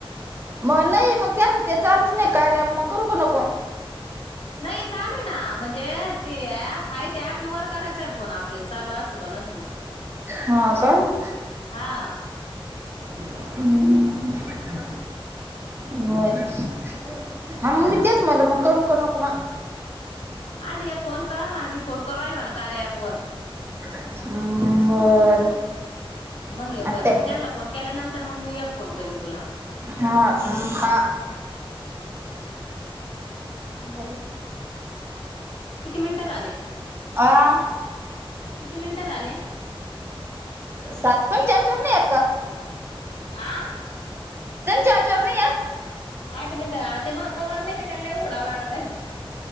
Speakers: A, on the right; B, on the left.
A: मग नाही मग त्याच ते चालूच नाय कार्य आपण करू का नको?
B: नाही चालू आहे ना म्हणजे ते ऍप आहे ते ऍप वर करायचंय फोन आपल्याला चालू असो का नसो
A: हा का
B: हा
A: हम् बर हा मग मी तेच म्हनल मग करू का नको म
B: आदि एक फोन कर म्हणा मी फोन करू राहिलो न कार्य अँप वर
A: हं बर
B: मंग एक
A: आता
B: कर मग त्यानला फोन केल्यानंतर मग मी एक फोन करीन तुला.
A: हा हा बर
B: किती मिनिटं झाले.
A: आ
B: किती मिनिटं झाले.
A: सात पण चार चार नाही आहेत का?
B: आं
A: त्यांच्या हेच्यावर नाहीएत?
B: आठ मिनिट आ ते मा कवर नाही का त्याला लई उघडावं लागतय.